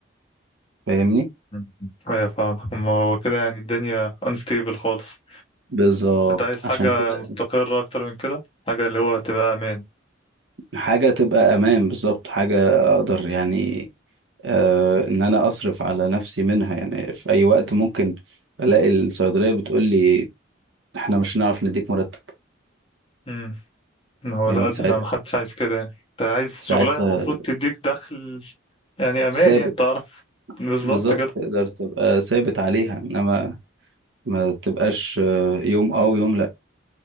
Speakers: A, on the right; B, on the left.
A: فاهمني
B: مم. ايوه فاهم أما هو كده يعني الدنيا unstable خالص
A: بالظبط
B: انت عايز حاجة
A: عشان كده
B: مستقرة اكتر من كده حاجة اللي هو تبقى امان
A: حاجة تبقى امان بالظبط حاجة اقدر يعني آه ان انا اصرف على نفسي منها يعني في اي وقت ممكن الاقي الصيدلية بتقول لي احنا مش هنعرف نديك مرتب
B: امم هو
A: يعني
B: لا ده
A: ساعتها
B: محدش عايز كده يعني انت عايز
A: ساعتها
B: شغلانة المفروض تديك دخل يعني امان
A: ثابت
B: يعني تعرف بالظبط
A: بالظبط
B: كده
A: تقدر تبقى ثابت عليها انما ما تبقاش آه، يوم اه ويوم لا